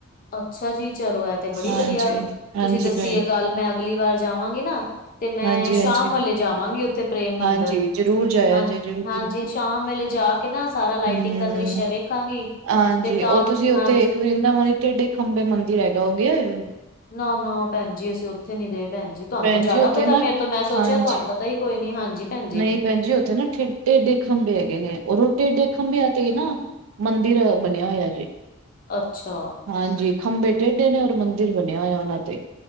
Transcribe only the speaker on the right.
ਹਾਂਜੀ।
ਹਾਂਜੀ
ਭੈਣ
ਜੀ,
ਹਾਂਜੀ-ਹਾਂਜੀ,
ਹਾਂਜੀ
ਹਾਂਜੀ ਜ਼ਰੂਰ ਜਾਇਆ
ਜੇ ਜ਼ਰੂਰ,
ਹੂੰ।
ਹਾਂਜੀ
ਉਹ ਤੁਸੀਂ ਉੱਥੇ,
ਇੱਕ ਵਰਿੰਦਾਵਨ ਢੇਡ ਖੰਬੇ ਮੰਦਿਰ ਹੈਗਾ, ਉਹ ਗਿਆ ੳ?
ਭੈਣ
ਜੀ ਉੱਥੇ
ਨਾ
ਹਾਂਜੀ
ਨਹੀਂ ਭੈਣਜੀ ਉੱਥੇ ਨਾ ਟੇਡੇ ਖੰਭੇ ਹੈਗੇ ਨੇ, ਉਹ ਰੋਟੇਡੇ ਖੰਭੇ ਤੇ ਹੀ ਨਾ ਮੰਦਿਰ ਬਣਿਆ ਹੋਇਆ ਜੇ।
ਹਾਂਜੀ ਖੰਭੇ ਟੇਢੇ ਨੇ, ਔਰ ਮੰਦਿਰ ਬਣਿਆ ਹੋਇਆ ਉਹਨਾਂ ਤੇ